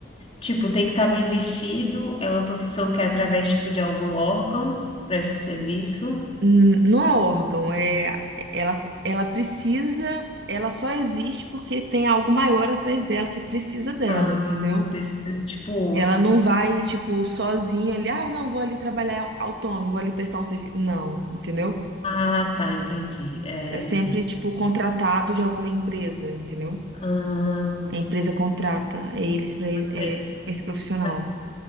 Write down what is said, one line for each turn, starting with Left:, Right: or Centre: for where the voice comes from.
Left: Tipo, tem que estar bem vestido, é uma profissão que é através, tipo, de algum órgão, presta serviço.
Right: N- Não é órgão, é ela ela precisa, ela só existe porque tem algo maior atrás dela que precisa dela,
Left: Ah,
Right: entendeu?
Left: precisa, tipo...
Right: Ela não vai, tipo, sozinha ali, ah, não, vou ali trabalhar autônomo, vou ali prestar um serviço. Não, entendeu?
Left: Ah, tá, entendi. É,
Right: É sempre, tipo, contratado de alguma empresa, entendeu?
Left: ah,
Right: A empresa contrata eles para
Left: mas é-
Right: esse profissional.
Left: mas-